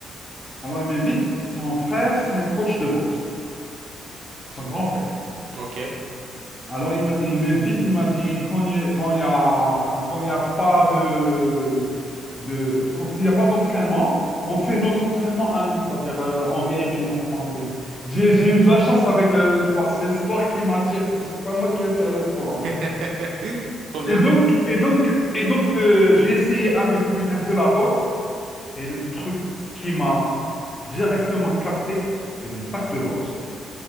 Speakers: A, on the left; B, on the right.
A: Alors il m'invite. Son frère, c'est un coach de boxe, son grand frère.
B: ok.
A: Alors, il m'a- il m'invite, il m'a dit, quand il y a, quand il y a- enfin, quand il y a pas de, de, quand il n'y a pas d'entraînement, on fait notre entraînement à nous, c'est-à-dire euh, en VIP, entre parenthèses. J'ai, j'ai eu de la chance avec le, le sport. C'est le sport qui m'attire. C'est pas moi qui attire le sport, en fait.
B: <laughs> Trop bien.
A: Et donc, et donc, et donc, euh, j'ai essayé avec lui un peu la boxe. Et le truc qui m'a directement capté, c'est le sac de boxe.